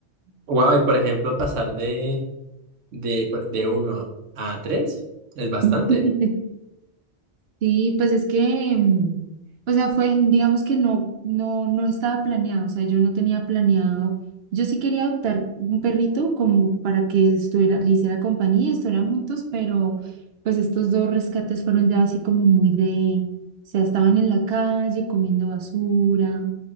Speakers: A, on the right; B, on the right.
A: Wow, y por ejemplo, pasar de... de, de uno a 3 es bastante.
B: <laughs> Sí, pues es que, mm, o sea, fue, digamos que no, no, no estaba planeado, o sea, yo no tenía planeado, yo sí quería adoptar un perrito como para que estuviera, le hiciera compañía, y estuvieran juntos, pero pues estos dos rescates fueron ya así como muy de, o sea, estaban en la calle comiendo basura,